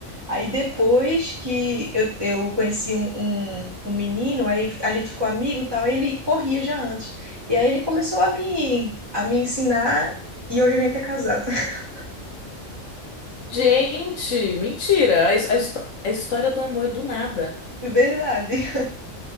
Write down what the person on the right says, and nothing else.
Aí depois que eu, eu conheci um, um, um menino, aí a gente ficou amigo e tal, ele corria já antes. E aí ele começou a me, a me ensinar e hoje a gente é casado. <laughs>
Verdade.